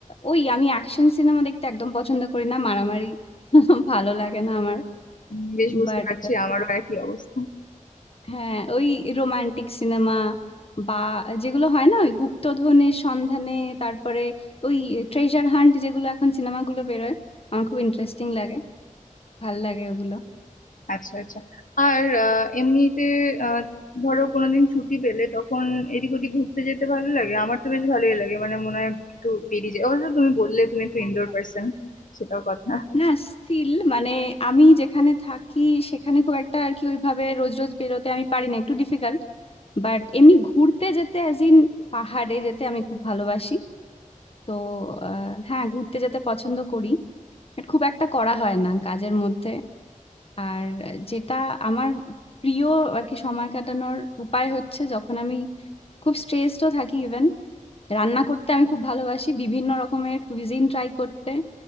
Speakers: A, on the left; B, on the left.
A: ওই আমি অ্যাকশন সিনেমা দেখতে একদম পছন্দ করি না মারামারি <laughs> ভালো লাগে না আমার
B: উম, বেশ বুঝতে
A: বাট
B: পারছি আমারও একই অবস্থা
A: হ্যাঁ ওই রোমান্টিক সিনেমা বা যেগুলো হয় না ওই গুপ্তধনের সন্ধানে তারপরে ওই ট্রেজার হান্ট যেগুলো এখন সিনেমাগুলো বেরোয় আমার খুব ইন্টারেস্টিং লাগে ভাল লাগে ওগুলো
B: আচ্ছা আচ্ছা আর আহ, এমনিতে আহ, ধরো কোনোদিন ছুটি পেলে তখন এদিক ওদিক ঘুরতে যেতে ভালো লাগে আমার তো বেশ ভালোই লাগে মানে মনে হয় একটু বেরিয়ে যায় অবশ্য তুমি বললে তুমি একটু ইনডোর
A: একদম
B: পার্সন সেটাও কথা
A: না স্টিল মানে আমি যেখানে থাকি সেখানে খুব একটা আর কি ওইভাবে রোজ রোজ বেরোতে আমি পারি না একটু ডিফিকাল্ট বাট এমনি ঘুরতে যেতে অ্যাজ ইন পাহাড়ে যেতে আমি খুব ভালোবাসি তো আহ, হ্যাঁ ঘুরতে যেতে পছন্দ করি বাট খুব একটা করা হয় না কাজের মধ্যে আর যেটা আমার প্রিয় আর কি সময় কাটানোর উপায় হচ্ছে যখন আমি খুব স্ট্রেসডও থাকি ইভেন রান্না করতে আমি খুব ভালোবাসি বিভিন্ন রকমের কুইজিন ট্রাই করতে